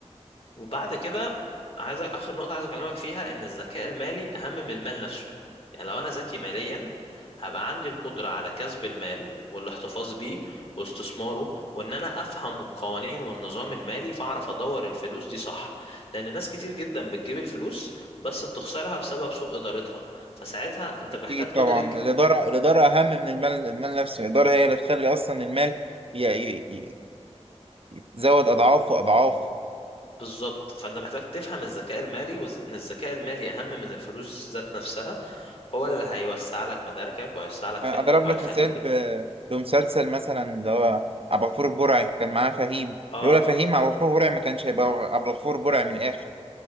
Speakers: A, on the left; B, on the right.
A: وبعد كده عايز اخر نقطه عايز اكلمك فيها ان الذكاء المالي اهم من المال نفسه يعني لو انا ذكي ماليا هبقى عندي القدره على كسب المال والاحتفاظ بيه واستثماره وان انا افهم القوانين والنظام المالي فاعرف ادور الفلوس دي صح لان ناس كتير جدا بتجيب الفلوس بس بتخسرها بسبب سوء ادارتها فساعتها انت
B: أكيد
A: محتاج تدرك
B: طبعا الإدارة الإدارة أهم من المال المال نفسه الإدارة هي اللي تخلي أصلا المال ي... ي... ي- يتزود أضعاف وأضعاف
A: بالظبط فانت محتاج تفهم الذكاء المالي وان الذكاء المالي اهم من الفلوس ذات نفسها هو اللي هيوسع لك مداركك وهيوسع لك
B: اضرب
A: فهمك وهيخليك
B: لك مثال
A: بت...
B: ب- بمسلسل مثلا اللي هو عبد الغفور البرعي كان معاه فهيم
A: اه
B: لولا فهيم عبد الغفور البرعي ما كانش هيبقى عبد الغفور البرعي من الاخر